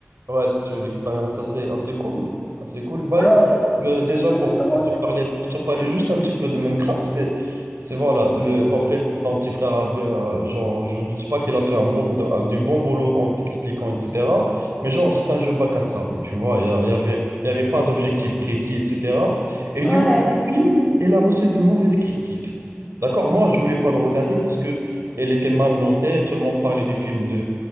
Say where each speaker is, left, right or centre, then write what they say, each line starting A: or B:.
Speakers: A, on the right; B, on the left.
A: Ouais, c'était une expérience assez, assez cool. Assez cool. Bah
B: Ouais,
A: écoute, euh, déjà
B: c'était
A: pour,
B: drôle.
A: pour te parler, pour te parler juste un petit peu de Minecraft, c'est, c'est voilà, le, ton frère, ton petit frère a bien, euh, genre, je ne dis pas qu'il a fait un beau, de- un- du bon boulot en t'expliquant, etc. Mais genre, c'est un jeu bac à sable, tu vois, il y, a- il y avait, il y avait pas d'objectif précis, etc. Et
B: Ouais.
A: du coup, le film, il a reçu de mauvaises critiques. D'accord? Moi, je voulais pas le regarder parce que elle était mal notée, tout le monde parlait du film de,